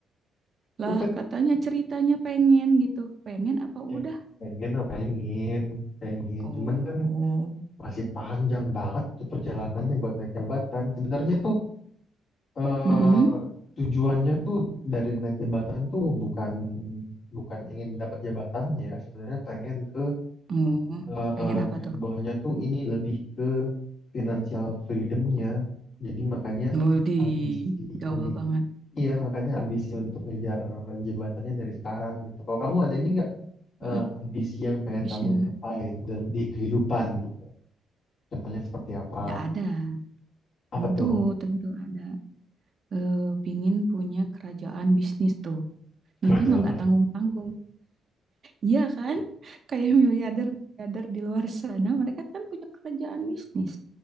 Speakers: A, on the left; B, on the right.
A: bukan
B: lah, katanya ceritanya pengen gitu. Pengen apa
A: ya,
B: udah?
A: Pengen apa pengen. Pengen.
B: Oh,
A: Cuman kan masih panjang banget tuh perjalanannya buat naik jabatan. Sebenarnya tuh eh,
B: mm
A: tujuannya tuh dari naik jabatan tuh bukan bukan ingin dapat jabatannya. Sebenarnya pengen ke
B: Oh,
A: eh
B: pengen apa
A: tujuannya
B: tuh?
A: tuh ini lebih ke financial freedom-nya. Jadi makanya
B: Oh, di
A: ambisi,
B: gaul
A: ambisi,
B: banget.
A: iya makanya ambisi untuk ngejar jebatannya dari sekarang gitu. Kalau kamu ada ini nggak eh,
B: Mm-mm.
A: ambisi yang pengen
B: Vision,
A: kamu capai gitu, dalam di kehidupan gitu? Contohnya seperti apa?
B: ya ada.
A: Apa
B: Tentu,
A: tuh?
B: tentu ada. Eh, pingin punya kerajaan bisnis tuh.
A: Kerajaan.
B: Mimpi mah nggak tanggung-tanggung Iya kan? Kayak miliarder-miliarder di luar sana, mereka kan punya kerjaan bisnis.